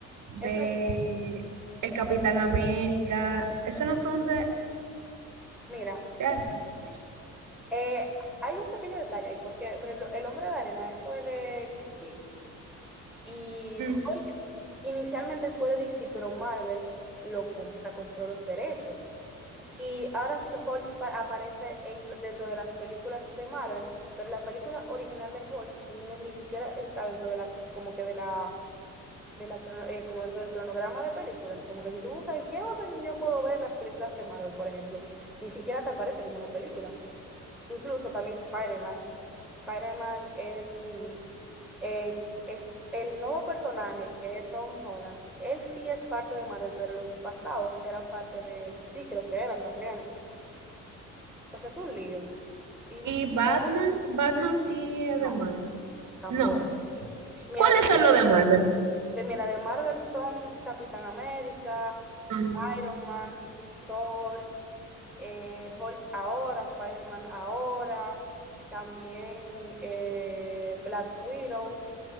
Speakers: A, on the right; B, in the centre.
A: de
B: Eso es. D C.
A: el Capitán América, esos no son de,
B: Mira,
A: de Avengers.
B: eh, hay un pequeño detalle ahí, porque, por ejemplo, El Hombre de Arena, eso es de DC. Y
A: Mm.
B: Hulk inicialmente fue de DC, pero Marvel lo com- o sea, compró los derechos. Y ahora sí Hulk pa- aparece en, dentro de las películas de Marvel, pero la película original de Hulk no- ni siquiera está dentro de la, como que de la, de la, crono- eh, como dentro del cronograma de películas. Como que si tú buscas en qué orden yo puedo ver las películas de Marvel, por ejemplo, ni siquiera te aparece como una película incluso también Spider-Man. Spider-Man, el, eh, es el nuevo personaje que es Tom Holland. Él sí es parte de Marvel, pero los pasados eran parte de DC, creo que eran también. O sea, es un lío. Y m-
A: Y Batman, Batman sí es
B: no,
A: de Marvel.
B: tampoco.
A: No.
B: Mira,
A: ¿Cuáles son los de Marvel?
B: de, mira, de Marvel son Capitán América,
A: Ujú.
B: Iron Man, Thor, eh, Hulk ahora, Spider-Man ahora, también eh, Black Widow.